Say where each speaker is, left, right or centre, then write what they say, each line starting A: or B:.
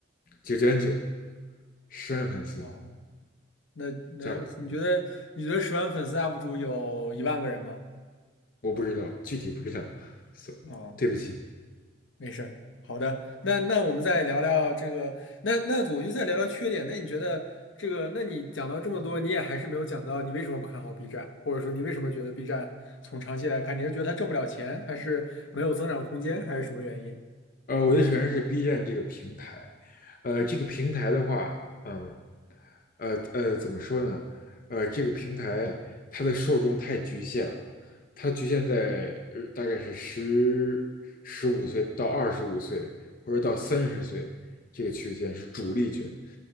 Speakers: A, on the left; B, on the left.
A: 九点九，十万粉丝，
B: 哦，那那你觉得你觉得十万粉丝
A: 在
B: UP 主有一万个人吗？
A: 我不知道，具体不知道，so,
B: 哦，
A: 对不起。
B: 没事儿，好的，那那我们再聊聊这个，那那我就再聊聊缺点。那你觉得这个，那你讲到这么多，你也还是没有讲到你为什么不看好 B 站，或者说你为什么觉得 B 站从长期来看，你是觉得它挣不了钱，还是没有增长空间，还是什么原因？
A: 呃，我的首先是 B 站这个平台，呃，这个平台的话，嗯，呃呃，怎么说呢？呃，这个平台它的受众太局限了，它局限在呃大概是十十五岁到二十五岁，或者到三十岁这个区间是主力军。